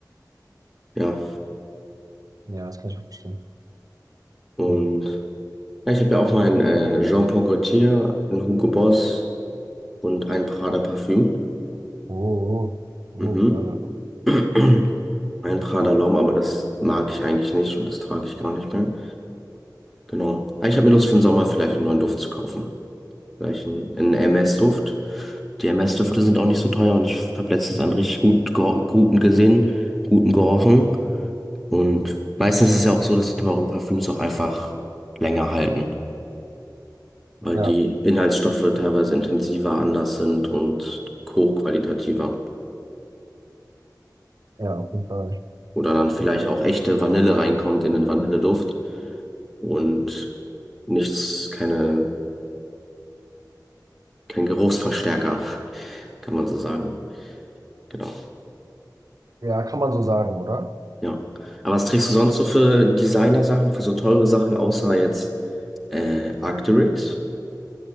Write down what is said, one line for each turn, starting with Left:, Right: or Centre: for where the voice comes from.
Centre: Ja.
Right: Ja, das kann ich auch verstehen.
Centre: Und
Right: Hm.
Centre: ja, ich habe ja auch mein äh, Jean Paul Gaultier, ein Hugo Boss und ein Prada Parfüm.
Right: Oh, oh,
Centre: Mhm.
Right: oh, Prada.
Centre: <clears throat> Ein Prada Laum, aber das mag ich eigentlich nicht und das trage ich gar nicht mehr. Genau. Aber Ich habe mir Lust für den Sommer vielleicht einen neuen Duft zu kaufen. Vielleicht einen, einen MS-Duft. Die MS-Düfte sind auch nicht so teuer und ich habe letztens einen richtig gut, gero- guten gesehen, guten gerochen. Und meistens ist es ja auch so, dass die teuren Parfüms auch einfach länger halten, weil
Right: Ja,
Centre: die Inhaltsstoffe teilweise intensiver, anders sind und hochqualitativer.
Right: ja, auf jeden Fall.
Centre: Oder dann vielleicht
Right: Ähm,
Centre: auch echte Vanille reinkommt in den Vanilleduft. und nichts, keine, kein Geruchsverstärker, kann man so sagen. Genau,
Right: ja, kann man so sagen, oder?
Centre: ja. Aber was trägst du sonst so für Designer-Sachen, für so teure Sachen, außer jetzt äh, Arc'teryx?